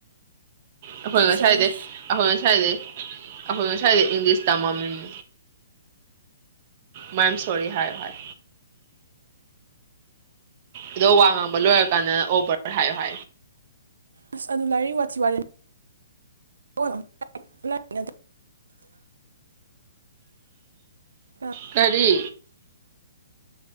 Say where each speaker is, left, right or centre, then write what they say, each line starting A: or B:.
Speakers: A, on the right (about 45°); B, on the right (about 80°).
A: ꯑꯩꯈꯣꯏ
B: ꯑꯥꯏ
A: ꯉꯁꯥꯏꯗꯩ
B: ꯁꯣꯔꯤ
A: ꯑꯩꯈꯣꯏ ꯉꯁꯥꯏꯗꯩ ꯑꯩꯈꯣꯏ ꯉꯁꯥꯏꯗꯩ ꯏꯪꯂꯤꯁ ꯇꯝꯃꯃꯤꯅꯤ ꯃꯥꯏ ꯑꯦꯝ ꯁꯣꯔꯤ ꯍꯥꯏꯌ‌ꯣ ꯍꯥꯏ ꯑꯗꯣ ꯋꯥ ꯉꯥꯡꯕ ꯂꯣꯏꯔ ꯀꯥꯟꯗꯅ ꯑꯣ ꯕꯔ ꯍꯥꯏꯌꯣ ꯍꯥꯏ
B: ꯑꯁ ꯑꯗꯨ ꯂꯥꯏꯔꯤꯛ ꯋꯥꯠꯤ ꯋꯥꯔꯦ <unintelligible> ꯑꯥ,
A: ꯀꯔꯤ